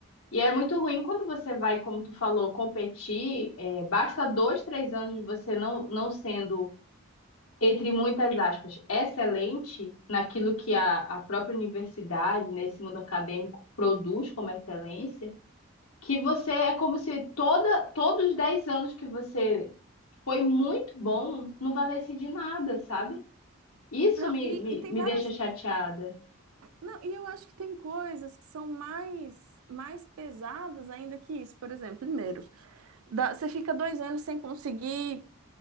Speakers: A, on the left; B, on the right.
A: E é muito ruim quando você vai, como tu falou, competir. é, basta dois, três anos de você não, não sendo, entre muitas aspas, excelente naquilo que a, a própria universidade, né, esse mundo acadêmico produz como excelência, que você é como se toda, todos os dez anos que você foi muito bom não valesse de nada, sabe? Isso
B: Não,
A: me,
B: e,
A: me,
B: e tem
A: me
B: várias.
A: deixa chateada.
B: Não, e eu acho que tem coisas que são mais, mais pesadas ainda que isso. Por exemplo, primeiro, dá- você fica dois anos sem conseguir,